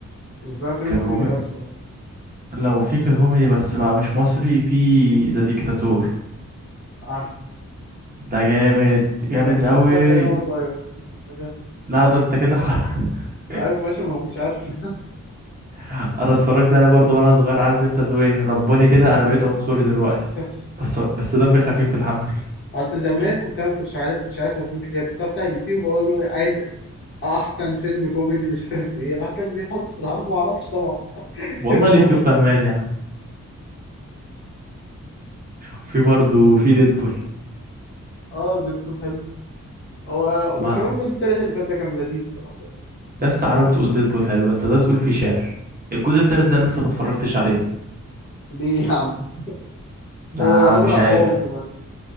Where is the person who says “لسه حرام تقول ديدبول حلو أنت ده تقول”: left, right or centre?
Right